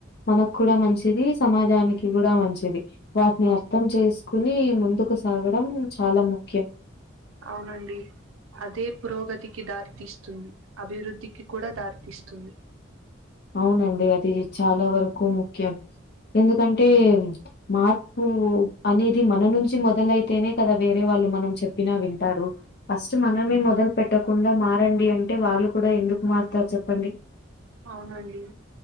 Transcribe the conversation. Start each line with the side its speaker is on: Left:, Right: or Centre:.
Left: మనకు కూడా మంచిది సమాజానికి కూడా మంచిది వాటిని
Right: అవు
Left: అర్థం చేసుకుని ముందుకు సాగడం చాలా ముఖ్యం
Right: అవునండి అదే పురోగతికి దారితీస్తుంది అభివృద్ధికి కూడా దారితీస్తుంది
Left: అవునండి అది చాలా వరకు ముఖ్యం ఎందుకంటే మార్పు అనేది మన నుంచి మొదలైతేనే కదా వేరే వాళ్ళు మనం చెప్పినా వింటారు ఫస్ట్ మనమే మొదలు పెట్టకుండా మారండి అంటే వాళ్ళు కూడా ఎందుకు మారుతారు చెప్పండి
Right: అవునండి